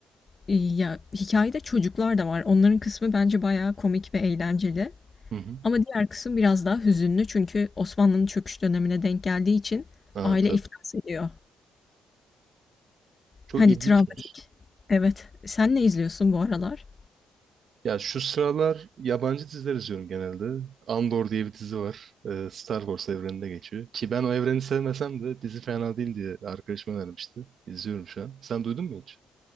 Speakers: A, on the left; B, on the right.
A: İii, ya, hikâyede çocuklar da var. Onların kısmı bence bayağı komik ve eğlenceli
B: Hı hı.
A: ama diğer kısım biraz daha hüzünlü çünkü Osmanlı'nın çöküş dönemine denk geldiği için
B: Aa,
A: aile
B: tabii.
A: iflas ediyor.
B: Çok
A: Hani
B: ilginçmiş.
A: travmatik. Evet. Sen ne izliyorsun bu aralar?
B: Ya şu sıralar yabancı diziler izliyorum genelde. Andor diye bir dizi var. Ee, Star Wars evreninde geçiyor. Ki ben o evreni sevmesem de dizi fena değil diye arkadaşım önermişti. İzliyorum şu an. Sen duydun mu hiç?